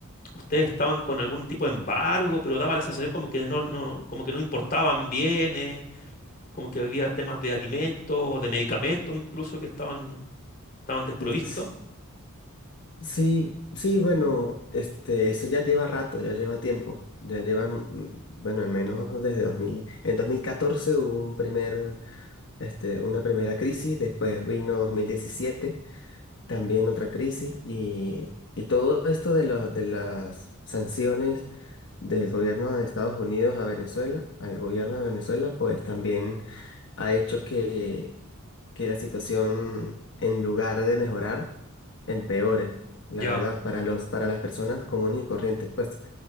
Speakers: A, on the left; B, on the left.
A: ustedes estaban con algún tipo de embargo, pero daba la sensación como que no, no, como que no importaban bienes, como que había temas de alimentos, de medicamentos incluso que estaban, estaban desprovistos.
B: Mm, Sí, sí, bueno, este, eso ya lleva rato, ya lleva tiempo, ya lleva, mm, bueno, al menos desde dos mil, en 2014 hubo un primer, este, una primera crisis, después vino 2017, también otra crisis, y, y todo esto de los, de las sanciones del gobierno de Estados Unidos a Venezuela, al gobierno de Venezuela, pues también ha hecho que que la situación, en lugar de mejorar, empeore, la
A: Ya.
B: verdad, para los, para las personas comunes y corrientes. Pues,